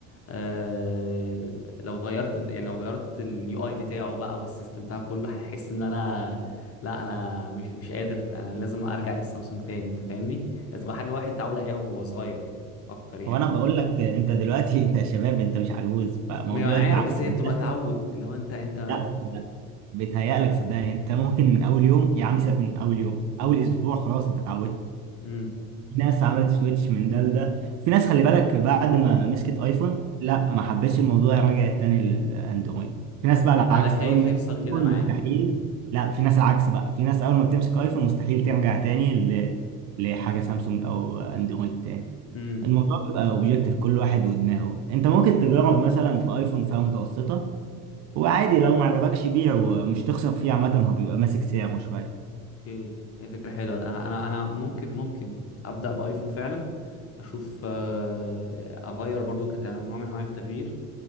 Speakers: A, on the left (about 30°); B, on the right (about 40°).
A: آه لو غيرت يعني لو غيرت اليو اي بتاعه بقى والسيستم بتاعه كله هحس ان انا لا انا مش مش قادر انا لازم ارجع للسامسونج تاني انت فاهمني هي تبقى حاجه واحد اتعود عليها وهو صغير اكتر يعني
B: هو انا بقول لك آه، انت دلوقتي <laughs> انت شباب انت مش عجوز فموضوع
A: ما انا
B: التعود
A: عارف بس هي بتبقى
B: ده
A: تعود لو انت انت
B: لا لا بيتهيألك صدقني انت ممكن من اول يوم يا عم سيبك من اول يوم اول اسبوع خلاص انت اتعودت
A: امم
B: في ناس عملت سويتش من ده لده في ناس خلي بالك بعد ما مسكت ايفون لا ما حبتش الموضوع رجعت تاني للاندرويد في ناس بقى العكس
A: انا خايف
B: اول ما مسكت
A: يحصل كده
B: ايفون
A: معايا
B: مستحيل لا في ناس العكس بقى في ناس اول ما بتمسك ايفون مستحيل ترجع تاني ل... لحاجه سامسونج او اندرويد تاني
A: امم
B: الموضوع بيبقى اوبجيكتيف كل واحد ودماغه انت ممكن تجرب مثلا في ايفون فئه متوسطه وعادي لو ما عجبكش بيعه مش تخسر فيه عامه هو بيبقى ماسك سعره شويه
A: اوكي هي فكرة حلوة انا انا انا ممكن ممكن ابدأ بايفون فعلا اشوف آه، اغير برضو كنوع من انواع التغيير